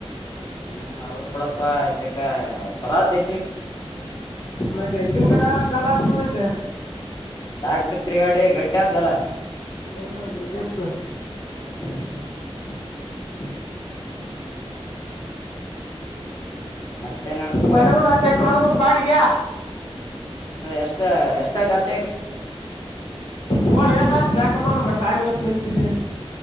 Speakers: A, on the left (about 40°); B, on the left (about 60°).
A: ಹ್ಮ್ ಹೌದ್ ಬಿಡಪ್ಪಾ ಚೆಕ್ಕಾ ಚಲೋದಿ
B: ಮಾಹಿತ ತೀನ್ ಕೇಳ ಚಲ ಮಾಹತ
A: ಟ್ಯಾಕ್ಟರ್ ತಿರ್ಗಾಡೆ ಗಟ್ಟಿ ಆತ್ಲ
B: ಹಾ ಜಗತ್ ಮಚ್
A: ಹ್ಮ್ ಮತ್ತೆ ನಡ್ದಪಾ
B: ಮನೆ ಮುಂದ್ ಅತ್ತೆಕ್ ನೋಡದ ಬಾಡಿಗೆ
A: ಎಷ್ಟ ಎಷ್ಟ ಆಯ್ತತ್
B: ನೋಡಿ ಎಟ ಆತ್ ಲೆಕ ಮಾಡ ಮತ ಸಾಲಿ ಹೂನಿಂತಿದ್ದ